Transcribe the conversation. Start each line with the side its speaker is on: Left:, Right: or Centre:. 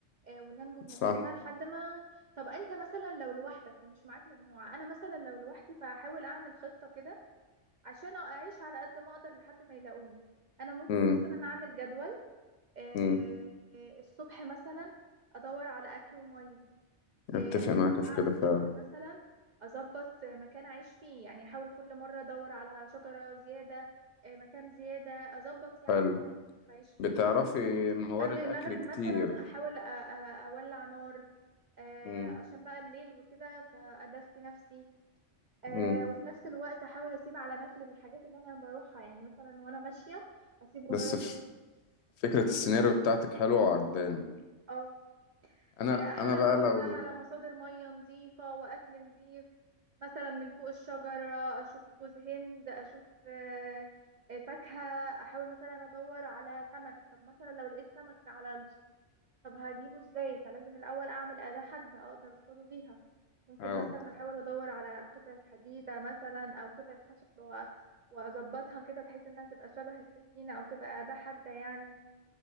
Right: آه، وننجو بنفسنا
Left: صح
Right: لحد ما طب انت مثلا لو لوحدك ومش معاك مجموعه انا مثلا لو لوحدي فهحاول اعمل خطه كده عشان اعيش على قد ما اقدر لحد ما يلاقوني انا ممكن
Left: امم
Right: مثلا اعمل جدول آه،
Left: امم
Right: الصبح مثلا ادور على اكل وميه آه،
Left: اتفق معاك في كده
Right: بعد الظهر
Left: فعلا
Right: مثلا اظبط مكان اعيش فيه يعني احاول كل مره ادور على شجره زياده آه، مكان زياده اظبط يعني
Left: حلو
Right: مكان أعرف اعيش فيه
Left: بتعرفي موارد
Right: قبل المغرب
Left: اكل كتير
Right: مثلا احاول أ- أ- اولع نار آه،
Left: امم
Right: عشان بقى الليل وكده فادفي نفسي آه،
Left: امم
Right: وفي نفس الوقت احاول اسيب علامات للحاجات اللي انا بروحها يعني مثلا وانا ماشيه اسيب
Left: بس
Right: ورايا طوب
Left: ف- فكرة السيناريو بتاعتك حلوة وعجباني
Right: اه
Left: انا
Right: آه، احاول
Left: انا بقى
Right: ادور
Left: لو
Right: بقى على مصادر مية نظيفة واكل نظيف مثلا من فوق الشجرة اشوف جوز هند اشوف آه، آه، فاكهة احاول مثلا ادور على سمك طب مثلا لو لقيت سمك على الشط طب هجيبه ازاي فلازم الاول اعمل اداة حادة اقدر اصطاده بيها ممكن
Left: اه
Right: مثلا احاول ادور على قطعة حديدة مثلا او قطعة خشب و- واظبطها كده بحيث انها تبقى شبه السكينة او تبقى اداة حادة يعني